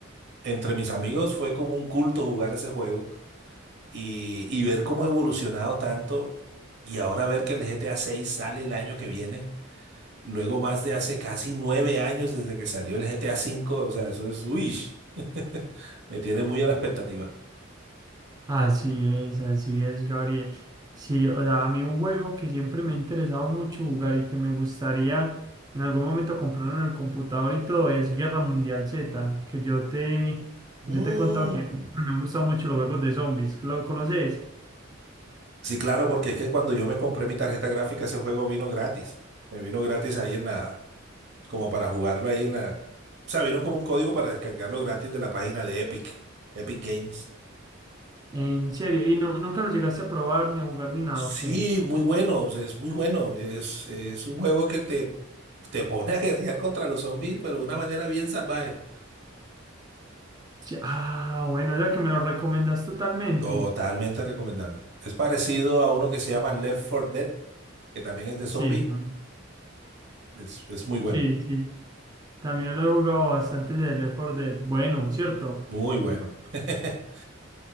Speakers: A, on the right; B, on the right.
A: entre mis amigos, fue como un culto jugar ese juego y, y ver cómo ha evolucionado tanto y ahora ver que el GTA 6 sale el año que viene. Luego más de hace casi nueve años desde que salió el GTA cinco o sea, eso es, uy, <laughs> me tiene muy a la expectativa.
B: Así es, así es, Gabriel. Sí, o sea, a mí un juego que siempre me ha interesado mucho jugar y que me gustaría en algún momento comprar en el computador y todo es Guerra Mundial Z, que yo te,
A: Mm.
B: que yo te he contado que siempre me han gustado mucho los juegos de zombies. ¿Lo conoces?
A: Sí, claro, porque es que cuando yo me compré mi tarjeta gráfica, ese juego vino gratis. Me vino gratis ahí en la, como para jugarlo ahí en la, o sea, vino como un código para descargarlo gratis de la página de Epic, Epic Games.
B: En serio, y no, nunca lo llegaste a probar ni a jugar ni nada,
A: Sí,
B: ¿o qué?
A: muy bueno, o sea, es muy bueno. Es, es un juego que te, te pone a guerrear contra los zombies, pero de una manera bien salvaje.
B: Sí, ah, bueno, ya que me lo recomendas totalmente.
A: Totalmente recomendable. Es parecido a uno que se llama Left 4 Dead, que también es de zombie.
B: Sí, tam-
A: Es, es muy bueno,
B: sí, sí. También lo he jugado bastante del Left 4 Dead. Bueno, ¿cierto?
A: muy bueno. <laughs>